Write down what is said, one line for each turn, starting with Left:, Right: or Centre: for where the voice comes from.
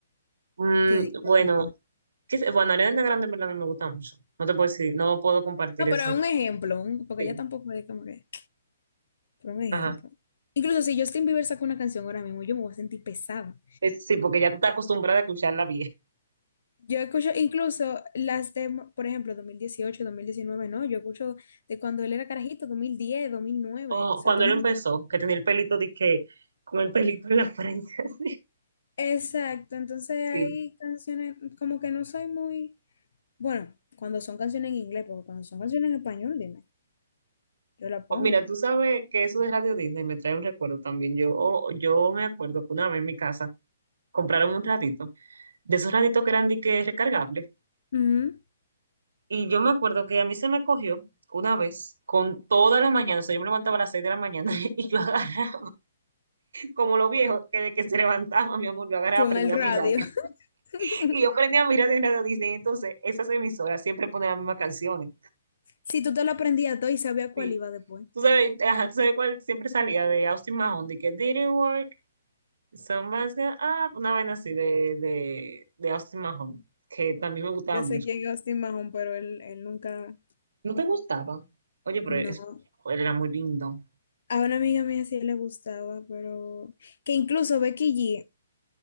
Right: Mm,
Left: Tiene que-
Right: bueno, ¿qué sé? bueno, Ariana Grande en verdad a mí me gusta mucho. No te puedo decir, no puedo compartir
Left: No,
Right: ese.
Left: pero un ejemplo, un- porque
Right: Sí,
Left: ella tampoco es como que... por un ejemplo.
Right: ajá.
Left: Incluso si Justin Bieber saca una canción ahora mismo, yo me voy a sentir pesada.
Right: Es- sí, porque ya tú estás acostumbrada a escucharla
Left: Yo escucho incluso las de, por ejemplo, dos dos mil dieciocho dos mil diecinueve no, yo escucho de cuando él era carajito, dos dos mil diez dos mil nueve
Right: Oh,
Left: o sea,
Right: cuando
Left: dos
Right: él
Left: mil
Right: empezó, que tenía el pelito de que, con el pelito en la frente, <laughs> así.
Left: Exacto, entonces
Right: Sí.
Left: hay canciones como que no soy muy, bueno, cuando son canciones en inglés, porque cuando son canciones en español, dime, yo la pongo.
Right: Oh, mira, tú sabes que eso de Radio Disney me trae un recuerdo también. Yo, oh, yo me acuerdo que una vez en mi casa compraron un ratito, de esos raditos que eran de que recargables.
Left: Ujú.
Right: Y yo me acuerdo que a mí se me cogió una vez con toda la mañana. O sea, yo me levantaba a las seis de la mañana <laughs> y yo agarraba, como los viejos, que de que se levantaba, mi amor, yo agarraba,
Left: Con
Right: prendía
Left: el radio.
Right: mi radio. <laughs>
Left: <laughs>
Right: Y yo prendía mi radio en Radio Disney. Entonces, esas emisoras siempre ponen las mismas canciones.
Left: Si tú te lo aprendías todo y sabías cuál
Right: Sí.
Left: iba después.
Right: Tú sabes, ajá, tú sabes cuál siempre salía de Austin Mahone, de que Did it work? Somebody's got up", una vaina así de, de, de Austin Mahone, que también me gustaba
Left: Ya
Right: mucho.
Left: sé quién es Austin Mahon, pero él, él nunca,
Right: ¿No te gustaba? Oye, pero
Left: no.
Right: eso, él era muy lindo.
Left: A una amiga mía sí le gustaba, pero que incluso Becky G